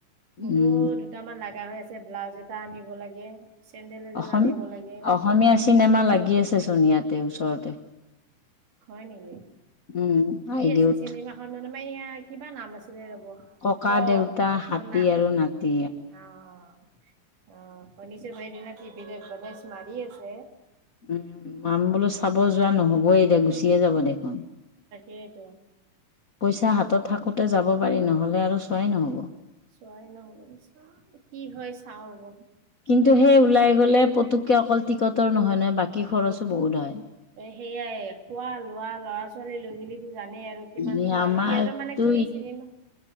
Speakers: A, on the right; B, on the left.
A: মোকো
B: উম
A: দুটামান লগা হৈ আছে ব্লাউজ এটা আনিব লাগে, চেণ্ডেল এযোৰ
B: অসম
A: আনিব লাগে।
B: অসমীয়া চিনেমা লাগি আছে চোন ইয়াতে ওচৰতে।
A: হয় নেকি?
B: উম
A: কি
B: আইদেউত
A: আছিল চিনেমাখনত ম এয়া কিবা নাম আছিলে ৰ'ব।
B: ককা
A: প
B: দেউতা হাতী
A: খনা
B: আৰু নাতি
A: অ'। অ', শুনিছোঁ সেইদিনা টিভিত আদ্বেটাইছ মাৰি আছে।
B: উম, উম, বোলো চাব যোৱা নহ'বই এতিয়া গুচিয়ে যাব দেখোন।
A: সেইটো।
B: পইচা হাতত থাকোঁতে যাব পাৰি নহ'লে আৰু চোৱাই নহ'ব।
A: চোৱাই নহব কি হয় চাওঁ ৰব।
B: কিন্তু সেই ওলাই গ'লে পটুকে অকল টিকটৰ নহয়, নহয় বাকী খৰচো বহুত হয়।
A: সেইয়াই খোৱা লোৱা ল'ৰা ছোৱালী লৈ গিলো জানেই আৰু কিমান
B: ই
A: খোৱা
B: আমাৰতো
A: ল সিহঁতৰ মানে কি? চিনেমা